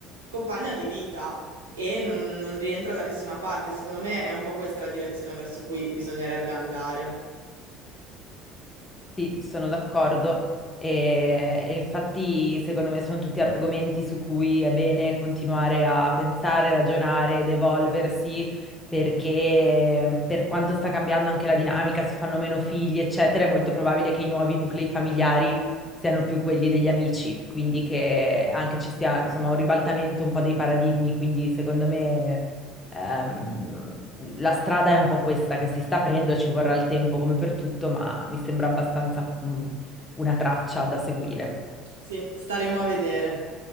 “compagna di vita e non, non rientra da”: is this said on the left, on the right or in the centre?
Right